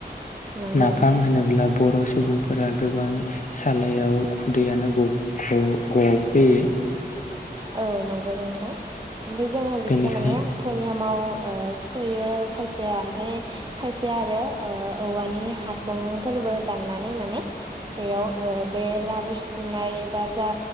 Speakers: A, on the right (about 25°); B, on the left (about 50°).
A: नंगौ
B: नाफाम होनोब्ला बर' सुबुंफोर फोरा गोबां सालायाव खुदैयानो ग ग गफैयो
A: औ नंगौ नोंथां ओमफ्राय जोङो बेखौ
B: बेनिखाय
A: माने पययामाव ओ सोयो खायसेया ओमफाय खायसे आरो ओ औवानि हासंफोरबो दाननानै माने बेयाव ओ बे लारु सिथुमनाय बा जा